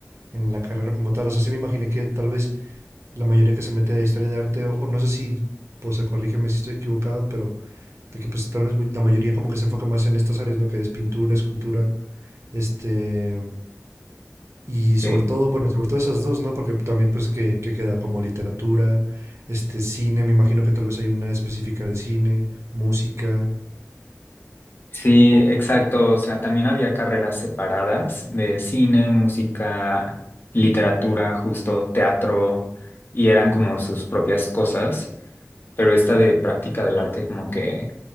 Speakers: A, on the right; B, on the left.
A: en la carrera como tal. O sea, sí me imaginé que tal vez la mayoría que se mete a historia de arte o, o no sé si, pues, o sea, corrígeme si estoy equivocado, pero de que pues tal vez muy- la mayoría como que se enfoca más en estas áreas, ¿no? Que es pintura, escultura, este, y sobre
B: Sí.
A: todo, bueno, sobre todo esas dos, ¿no? Porque también pues que, que queda como literatura, este cine, me imagino que tal vez hay una específica de cine, música.
B: Sí,
A: Oh,
B: exacto. O sea, también había carreras separadas de cine, música, literatura, justo teatro, y eran como sus propias cosas pero esta de práctica del arte como que